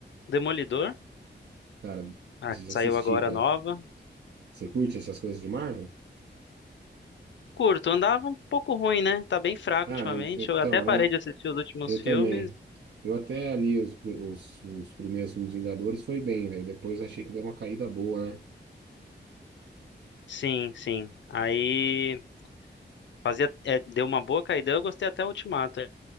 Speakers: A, on the left; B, on the right.
A: Demolidor,
B: Cara,
A: ah,
B: preciso
A: que saiu
B: assistir,
A: agora
B: cara.
A: nova.
B: Você curte essas coisas de Marvel?
A: Curto, andava um pouco ruim, né? Tá bem fraco
B: Ah,
A: ultimamente.
B: en- então,
A: Eu até parei
B: é,
A: de assistir os últimos
B: eu
A: filmes.
B: também. Eu até ali os, os, os primeiros filmes Vingadores foi bem, velho. Depois achei que deu uma caída boa, né?
A: Sim, sim. Aí fazia, é, deu uma boa caída. Eu gostei até o Ultimato.